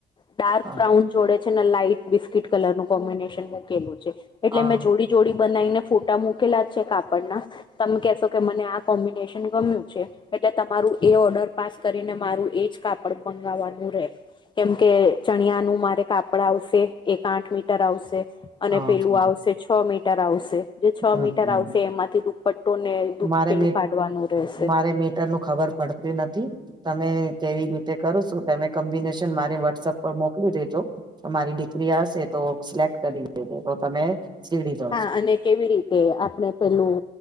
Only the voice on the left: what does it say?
ડાર્ક
બ્રાઉન જોડે છે ને લાઈટ બિસ્કીટ કલર નું કોમ્બિનેશન મેં કેલું છે. એટલે
મેં જોડી જોડી બનાવીને ફોટા મૂકેલા છે કાપડના. તમે કશો કે મને આ કોમ્બિનેશન ગમ્યું છે. એટલે તમારું એ ઓર્ડર પાસ કરીને મારું એજ કાપડ મંગાવવાનું રહેે. કેમ કે ચણિયા નું મારે. કાપડ આવશે એક આઠ મીટર આવશે અને
પેલું
આવશે છ મીટર આવશે. જે છ
મીટર
આવશે એમાંથી દુપપટ્ટો ને દુ
પેલું
કાઢવાનું રહેશે.
હા
અને કેવી રીતે આપડણે પેલું